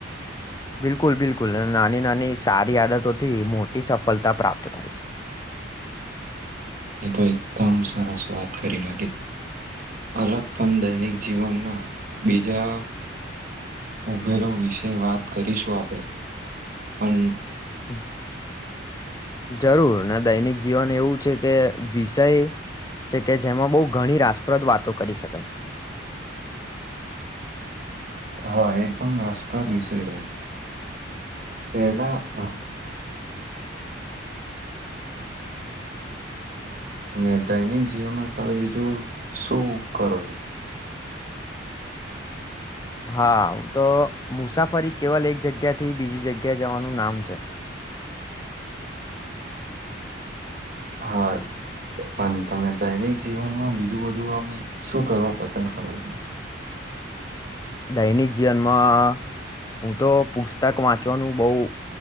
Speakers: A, on the left; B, on the right.
A: બિલકુલ બિલકુલ હ નાની નાની સારી આદતોથી મોટી સફળતા પ્રાપ્ત થાય છે.
B: એ તો એકદમ સરાર સ્વાદ કરીને અલગ પણ દૈનિક જીવનના બીજા ઉભેલો વિશે વાત કરીશું આપણેે, પણ
A: હમ. જરૂર ના દૈનિક જીવન એવું છે કે વિષય છે કે જેમાં બહુ ઘણી રાસપ્રદ વાતો કરી શકાય.
B: <inaudible> હા એકદમ રસપ્રદ વિષય છે, પેલા અને દૈનિક જીવનમાં તમે બીજું શું કરો છો?
A: હા તો મુસાફરી કેવલ એક જગ્યા થી બીજી જગ્યાએ જવાનું નામ છે.
B: હા. પણ તમે દૈનિક જીવનમાં બીજું બધું આમ શું કરવા પસંદ કરો છો?
A: દૈનિક જીવનમાં, હું તો પુસ્તક વાંચવાનું બહ હ